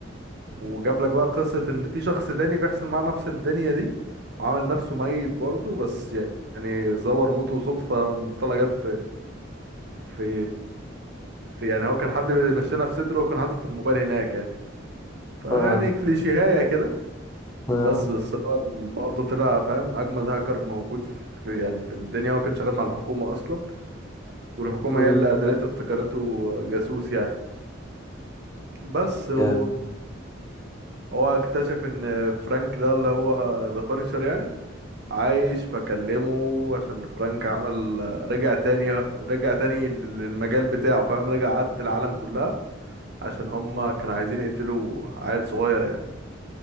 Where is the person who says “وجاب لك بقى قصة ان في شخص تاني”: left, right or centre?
Right